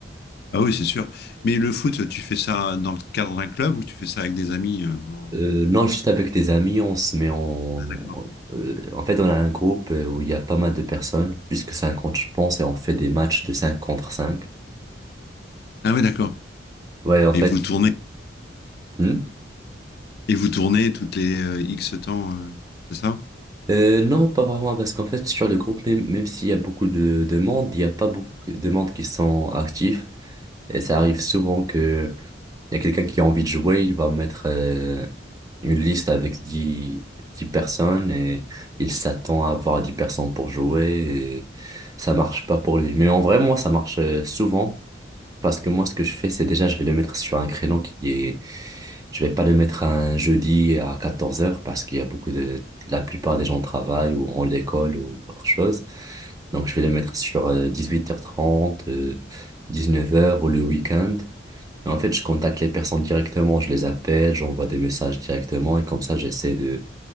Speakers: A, on the left (about 55°); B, on the right (about 20°).
A: Ah oui, c'est sûr. Mais le foot, tu fais ça dans le cadre d'un club ou tu fais ça avec des amis euh, en-
B: Euh, non, juste avec des amis, on se met en... on-
A: D'accord.
B: euh, en fait, on a un groupe euh, où il y a pas mal de personnes, plus que 50, je pense, et on fait des matchs de 5 contre cinq
A: Ah oui, d'accord.
B: Ouais, en
A: Et
B: fait.
A: vous tournez,
B: hmm.
A: et vous tournez toutes les euh, X temps, euh, c'est ça?
B: Euh, non, pas vraiment, parce qu'en fait, sur le groupe, même, même s'il y a beaucoup de, de monde, il n'y a pas beaucoup de monde qui sont actifs. Et ça arrive souvent que Il y a quelqu'un qui a envie de jouer, il va mettre euh, une liste avec dix dix personnes et il s'attend à avoir 10 personnes pour jouer et ça marche pas pour lui. Mais en vrai, moi, ça marche euh, souvent parce que moi, ce que je fais, c'est déjà, je vais le mettre sur un créneau qui est... Je vais pas le mettre un jeudi à quatorze heures parce qu'il y a beaucoup de... La plupart des gens travaillent ou ont l'école ou autre chose. Donc, je vais le mettre sur dix huit heures trente dix neuf heures ou le week-end. Mais en fait, je contacte les personnes directement, je les appelle, j'envoie des messages directement et comme ça, j'essaie de